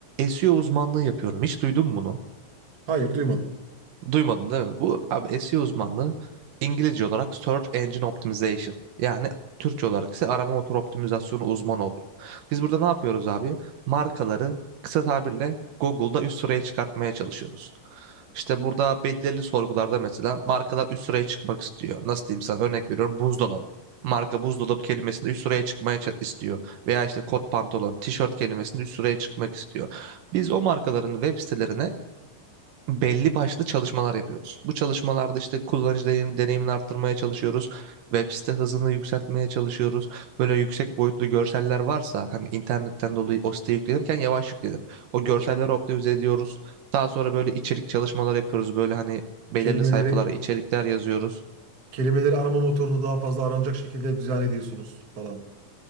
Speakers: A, on the right; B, on the right.
A: SEO uzmanlığı yapıyorum. Hiç duydun mu bunu?
B: Hayır, duymadım.
A: Duymadın değil mi? Bu abi SEO uzmanlığı İngilizce olarak Search Engine Optimization. Yani Türkçe olarak ise arama motoru optimizasyonu uzmanı oluyor. Biz burada ne yapıyoruz abi? Markaları kısa tabirle Google'da üst sıraya çıkartmaya çalışıyoruz. İşte burada belirli sorgularda mesela markalar üst sıraya çıkmak istiyor. Nasıl diyeyim sana örnek veriyorum buzdolabı. Marka buzdolabı kelimesinde üst sıraya çıkmaya ça- istiyor. Veya işte kot pantolon, tişört kelimesinde üst sıraya çıkmak istiyor. Biz o markaların web sitelerine belli başlı çalışmalar yapıyoruz. Bu çalışmalarda işte kullanıcı deneyim- deneyimini arttırmaya çalışıyoruz. Web site hızını yükseltmeye çalışıyoruz. Böyle yüksek boyutlu görseller varsa hani internetten dolayı o siteye yüklenirken yavaş yüklenir. O görselleri
B: Evet.
A: optimize ediyoruz. Daha sonra böyle içerik çalışmalar yapıyoruz. Böyle hani belirli
B: Kelimeleri
A: sayfalara içerikler yazıyoruz.
B: kelimeleri arama motorunu daha fazla aranacak şekilde düzen ediyorsunuz falan.